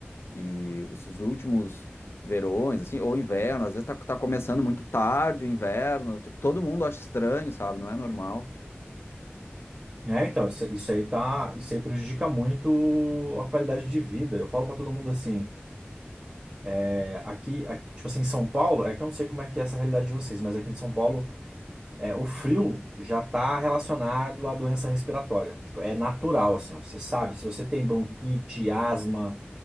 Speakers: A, on the left; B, on the right.
A: E esses últimos verões, assim, ou inverno, às vezes tá, tá começando muito tarde o inverno. Tipo, todo mundo acha estranho, sabe? Não é normal.
B: É, então, isso, isso aí tá, isso aí prejudica muito a qualidade de vida. Eu falo pra todo mundo assim, é, aqui, a- tipo assim, em São Paulo, é que eu não sei como é que é essa realidade de vocês, mas aqui em São Paulo, é, o frio já tá relacionado à doença respiratória. Tipo, é natural, assim, ó, você sabe, se você tem bronquite, asma,